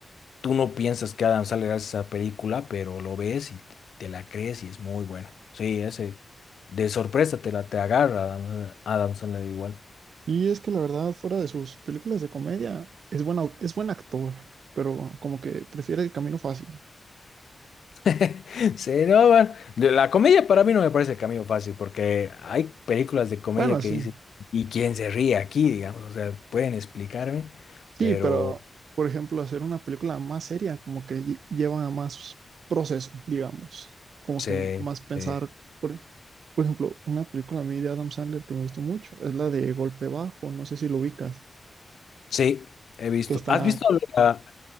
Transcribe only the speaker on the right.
Y es que la verdad, fuera de sus películas de comedia, es buena, es buen actor, pero como que prefiere el camino fácil.
Bueno,
sí,
sí,
pero por ejemplo, hacer una película más seria, como que lle- lleva a más proceso, digamos, como
que más pensar.
Por, por ejemplo, una película a mí de Adam Sandler que me gustó mucho es la de Golpe Bajo, no sé si lo ubicas,
que está,